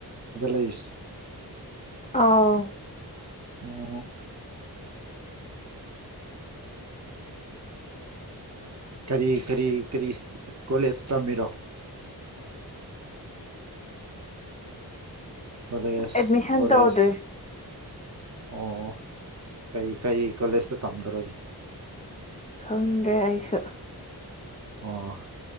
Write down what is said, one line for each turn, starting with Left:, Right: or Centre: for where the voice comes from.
Right: ꯁꯤꯗ ꯂꯩꯔꯤꯁ
Left: ꯑꯥ
Right: ꯑꯣ ꯀꯔꯤ ꯀꯔꯤ ꯀꯔꯤ ꯀꯣꯂꯦꯖ ꯇꯝꯃꯤꯔꯣ ꯀꯣꯂꯦꯖ
Left: ꯑꯦꯠꯃꯤꯁꯟ
Right: ꯀꯣꯂꯦꯖ
Left: ꯇꯧꯗ꯭ꯔꯤ
Right: ꯑꯣ ꯀꯩ ꯀꯩ ꯀꯣꯂꯦꯖꯇ ꯇꯝꯗꯧꯔꯒꯦ
Left: ꯈꯪꯗ꯭ꯔꯦ ꯑꯩꯁꯨ
Right: ꯑꯣ